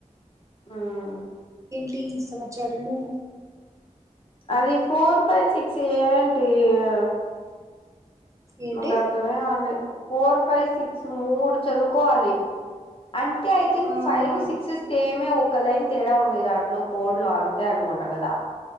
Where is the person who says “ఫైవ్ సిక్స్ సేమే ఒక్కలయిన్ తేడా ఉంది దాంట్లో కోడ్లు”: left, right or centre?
Left